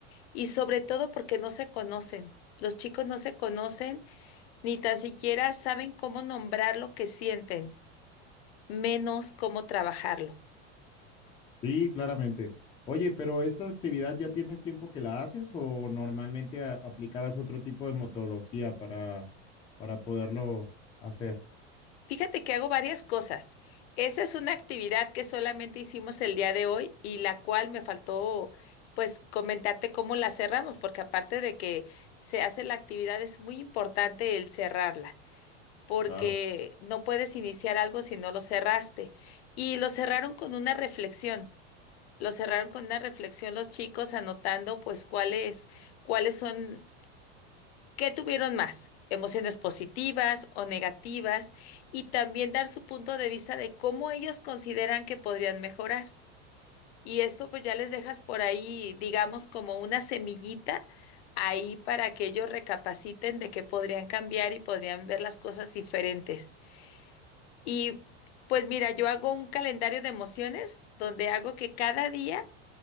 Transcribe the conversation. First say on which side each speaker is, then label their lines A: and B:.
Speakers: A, on the left; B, on the left.
A: y sobre todo porque no se conocen. Los chicos no se conocen ni tan siquiera saben cómo nombrar lo que sienten, menos cómo trabajarlo.
B: Sí, claramente. Oye, pero esta actividad ya tienes tiempo que la haces o normalmente a- aplicabas otro tipo de metodología para para poderlo hacer?
A: Fíjate que hago varias cosas. Esa es una actividad que solamente hicimos el día de hoy y la cual me faltó pues comentarte cómo la cerramos, porque aparte de que se hace la actividad es muy importante el cerrarla, porque
B: Claro.
A: no puedes iniciar algo si no lo cerraste. Y lo cerraron con una reflexión. Lo cerraron con una reflexión los chicos anotando pues cuáles cuáles son ¿Qué tuvieron más? Emociones positivas o negativas y también dar su punto de vista de cómo ellos consideran que podrían mejorar. Y esto pues ya les dejas por ahí, digamos, como una semillita ahí para que ellos recapaciten de que podrían cambiar y podrían ver las cosas diferentes. Y pues mira, yo hago un calendario de emociones donde hago que cada día